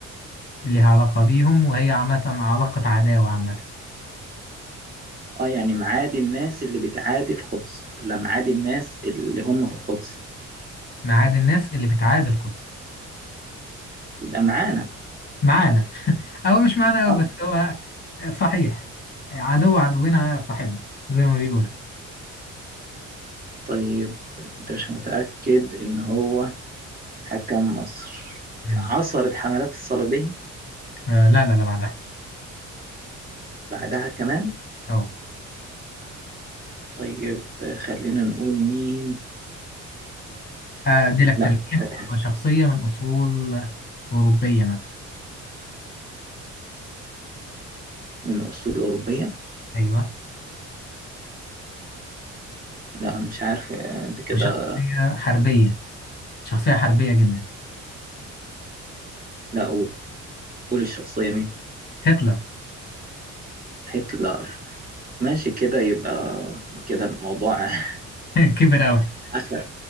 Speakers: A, on the left; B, on the right.
A: ليها علاقة بيهم وهي عامة علاقة عداوة عامة
B: اه يعني معادي الناس اللي بتعادي القدس ولا معادي الناس اللي هم في القدس
A: معاد الناس اللي بتعادي القدس
B: يبقى معانا
A: معانا <laughs> أو مش معانا
B: اه
A: أو بس هو صحيح عدو عدونا صاحبنا زي ما بيقولوا
B: طيب انت مش متأكد ان هو حكم مصر
A: مم.
B: عصر الحملات الصليبية
A: آه لا لا لا بعدها
B: بعدها كمان
A: اه
B: طيب آه، خلينا نقول مين
A: آه، دي لك
B: لا
A: تلميح
B: طبعا
A: وشخصية من أصول أوروبية مثلا
B: من أصول أوروبية
A: أيوه
B: لا مش عارف آه، انت كده
A: وشخصية حربية شخصية حربية جدا
B: لا أقول قول الشخصية مين
A: هتلر
B: هتلر ماشي كده يبقى كده الموضوع <laughs>
A: <laughs> كبر أوي
B: أخد